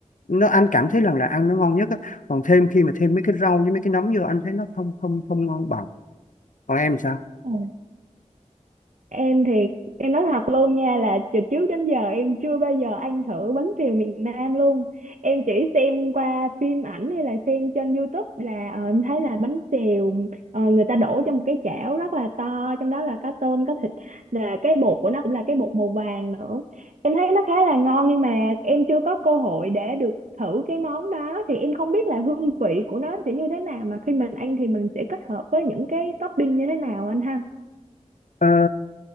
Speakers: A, on the left; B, on the right.
A: nó anh cảm thấy rằng là ăn nó ngon nhất á. còn thêm khi mà thêm mấy cái rau với mấy cái nấm vô anh thấy nó không không không ngon bằng còn em sao
B: Ừ. em thì em nói thật luôn nha là từ trước đến giờ em chưa bao giờ ăn thử bánh xèo miền Nam luôn em chỉ xem qua phim ảnh hay là xem trên YouTube là ờ, em thấy là bánh xèo ờ, người ta đổ trong một cái chảo rất là to trong đó là có tôm có thịt là cái bột của nó cũng là cái bột màu vàng nữa em thấy nó khá là ngon nhưng mà em chưa có cơ hội để được thử cái món đó thì em không biết là hương vị của nó sẽ như thế nào mà khi mình ăn thì mình sẽ kết hợp với những cái topping như thế nào anh ha
A: Ờ,